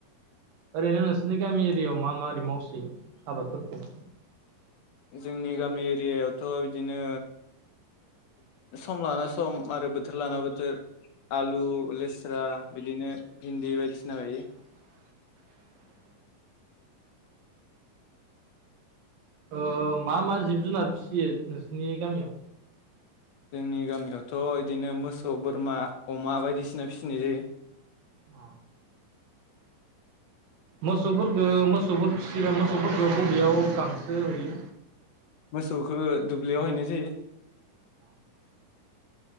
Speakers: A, on the right; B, on the left.
A: ओरैनो नोंसोरनि गामि एरियायाव मा मा आदि मावसोयो आबादफोरखौ
B: जोंनि गामि एरियायावथ' इदिनो सम लाना सम आरो बोथोर लाना बोथोर आलु लेस्रा बिदिनो भिन्दि बायदिसिना गायो
A: ओ मा मा जिब जुनार फिसियो नोंसिनि गामियाव
B: जोंनि गामियावथ' इदिनो मोसौ बोरमा अमा बायदिसिना फिसिनाय जायो
A: औ मोसौफोरखौ मोसौफोरखौ फिसियोब्ला मोसौफोरखौ बबेयाव गांसो होयो
B: मोसौखौ दुब्लियाव हैनाय जायो
A: <unintelligible>